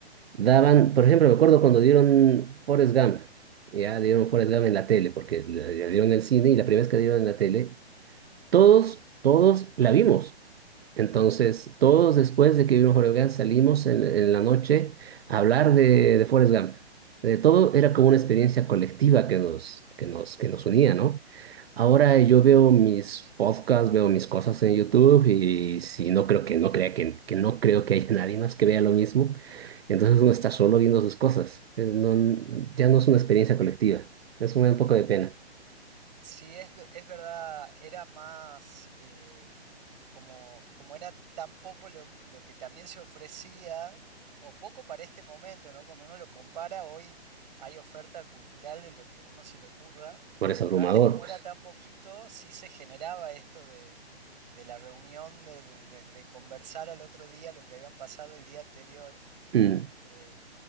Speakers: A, on the right; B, on the right.
A: Daban, por ejemplo, me acuerdo cuando dieron Forrest Gump, ya dieron Forrest Gump en la tele, porque la, la dieron en el cine y la primera vez que dieron en la tele, todos, todos la vimos. Entonces, todos después de que vimos Forrest Gump salimos en, en la noche a hablar de, de Forrest Gump. De todo era como una experiencia colectiva que nos, que nos, que nos unía, ¿no? Ahora yo veo mis podcasts, veo mis cosas en YouTube y si no creo que no crea que, que no creo que haya <laughs> nadie más que vea lo mismo, entonces uno está solo viendo sus cosas. Eh, No, ya no es una experiencia colectiva. Eso me da un poco de pena.
B: Sí, es, ve- es verdad, era más... eh, como, como era tan poco lo, lo que también se ofrecía, o poco para este momento, ¿no? Cuando uno lo compara, hoy hay oferta cultural de lo que uno se le ocurra,
A: Por eso
B: pero
A: abrumador,
B: antes como
A: pues.
B: era tan poquito, sí se generaba esto de, de la reunión, de, de- de- de conversar al otro día lo que habían pasado el día anterior.
A: Mm.
B: eh,